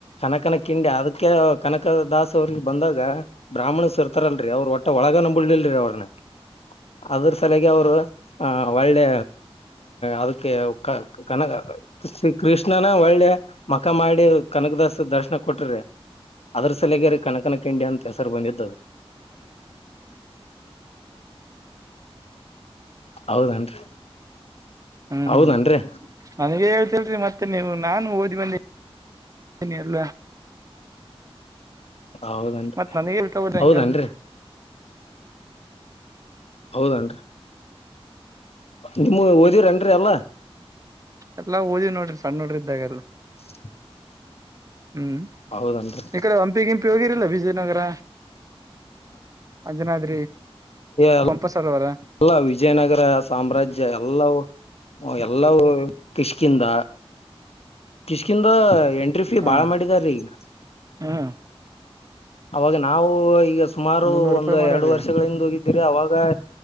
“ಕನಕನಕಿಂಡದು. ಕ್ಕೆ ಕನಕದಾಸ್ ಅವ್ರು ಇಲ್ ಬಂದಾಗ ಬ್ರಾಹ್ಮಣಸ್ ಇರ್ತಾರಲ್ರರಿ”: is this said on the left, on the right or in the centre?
Left